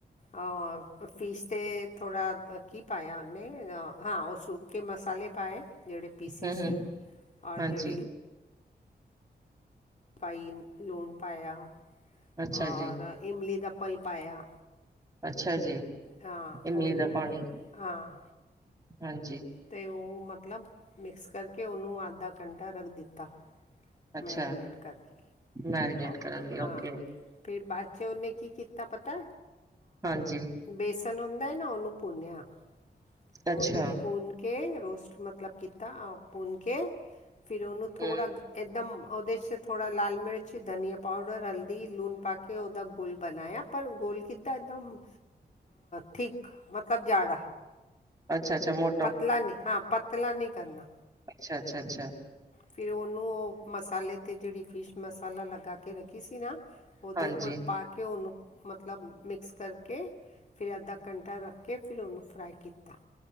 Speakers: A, on the left; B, on the right.
A: ਔਰ ਅ ਫਿਸ਼ ਤੇ ਥੋੜ੍ਹਾ ਕੀ ਪਾਇਆ ਓਨੇ, ਹਾਂ ਔਹ ਸੁੱਕੇ ਮਸਾਲੇ ਪਾਏ। ਜਿਹੜੇ ਪੀਸੇ
B: ਹੂੰ-ਹੂੰ,
A: ਸੀ, ਔਰ
B: ਹਾਂਜੀ।
A: ਜਿਹੜੀ ਪਾਈ ਲੂਣ ਪਾਯਾ,
B: ਅੱਛਾ
A: ਔਰ
B: ਜੀ,
A: ਇਮਲੀ ਦਾ ਪਲ ਪਾਯਾ।
B: ਅੱਛਾ ਜੀ।
A: ਹਾਂ,
B: ਇਮਲੀ
A: ਉਹਨੂੰ
B: ਦਾ ਪਾਣੀ
A: ਮ ਹਾਂ
B: ਹਾਂਜੀ।
A: ਤੇ ਉਹ ਮਤਲਬ ਮਿਕਸ ਕਰਕੇ, ਉਹਨੂੰ ਅੱਧਾ ਘੰਟਾ ਰੱਖ ਦਿੱਤਾ।
B: ਅੱਛਾ
A: ਮੈਰੀਨੇਟ ਕਰਕੇ,
B: ਮੈਰੀਨੇਟ
A: ਓਹ
B: ਕਰਨ ਲਈ
A: ਹਾਂ
B: ਓਕੇ,
A: ਫਿਰ ਬਾਅਦ ਚ ਉਹਨੇ ਕੀ ਕੀਤਾ, ਪਤੈ
B: ਹਾਂਜੀ,
A: ਬੇਸਣ ਹੁੰਦਾ ਨਾ, ਉਹਨੂੰ ਭੁੰਨਿਆ ਉਹਨੂੰ
B: ਅੱਛਾ,
A: ਭੁੰਨ ਕੇ, ਰੋਸਟ ਮਤਲਬ ਕੀਤਾ, ਅ ਭੁੰਨ ਕੇ ਫਿਰ ਉਹਨੂੰ ਥੋੜ੍ਹਾ
B: ਹੂੰ,
A: ਕ ਇਕਦਮ ਉਹਦੇੇੇ ਚ' ਥੋੜਾ ਲਾਲ ਮਿਰਚ, ਧਨੀਆਂ ਪਾਊਡਰ, ਹਲਦੀ, ਲੂਣ ਪਾ ਕੇ ਉਹਦਾ ਘੋਲ ਬਣਾਇਆ। ਪਰ ਘੋਲ ਕਿਤਾੱ ਇੱਕਦਮ, ਥੀਕ ਮਤਲਬ ਗਾੜਾ।
B: ਅੱਛਾ- ਅੱਛਾ ਮੋ
A: ਪਤਲਾ ਨਹੀਂ ਹਾਂ। ਪਤਲਾ ਨਹੀਂ ਕਰਨਾ।
B: ਅੱਛਾ- ਅੱਛਾ- ਅੱਛਾ।
A: ਫਿਰ ਉਹਨੂੰ ਉਹ ਮਸਾਲੇ 'ਤੇ ਜਿਹੜੀ ਫਿਸ਼ ਮਸਾਲਾ ਲਗਾ ਕੇ ਰੱਖੀ ਸੀ ਨਾ। ਉਹਦੇ
B: ਹਾਂਜੀ,
A: ਉੱਪਰ ਪਾ ਕੇ ਉਹਨੂੰ ਮਤਲਬ ਮਿਕਸ ਕਰਕੇ ਫਿਰ ਅੱਧਾ ਘੰਟਾ ਰੱਖ ਕੇ ਫਿਰ ਔਨੂੰ ਫਰਾਈ ਕੀਤਾ।